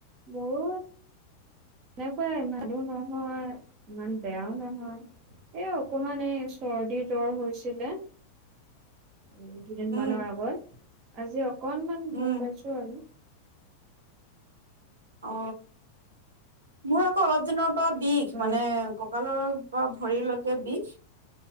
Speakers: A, on the right; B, on the right.
A: মোৰো তেনেকুৱা ইমানো ভাল নহয় ইমান বেয়াও নহয়। এ অকমান এই চৰ্দীৰ জ্বৰ হৈছিলে। এ দুদিন
B: উম
A: মানৰ আগত আজি অকনমান
B: উম
A: ভাল পাইছো আৰু।
B: অ মোৰ আক অলপ দিনৰ পৰা বিষ
A: অ'
B: মানে ককালৰ পৰা ভৰিলৈকে বিষ।